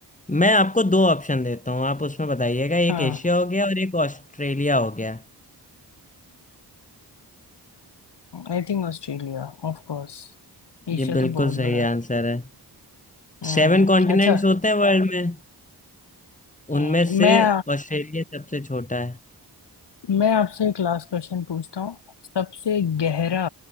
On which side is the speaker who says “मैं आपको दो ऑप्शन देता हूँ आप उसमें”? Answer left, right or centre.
Left